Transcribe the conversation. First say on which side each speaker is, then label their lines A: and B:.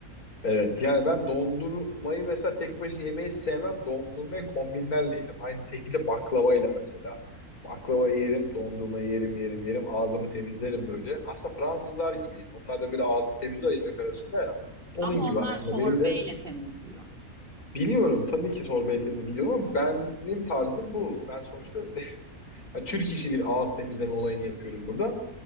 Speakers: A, on the left; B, on the right.
A: Evet yani ben dondurmayı mesela tek başına yemeyi sevmem. Dondurmayı kombinlerle yerim. Aynı şekilde baklavayla mesela. Baklava yerim, dondurma yerim, yerim, yerim. Ağzımı temizlerim böyle. Aslında Fransızlar gibi yani. Onlar da böyle ağzını temizler yemek arasında ya. Onun
B: Ama
A: gibi
B: onlar
A: aslında
B: sorbeyle
A: benim de
B: temizliyor.
A: biliyorum. Tabii ki torba etimini biliyorum ama benim tarzım bu. Ben sonuçta <laughs> yani Türk işi bir ağız temizleme olayını yapıyorum burada.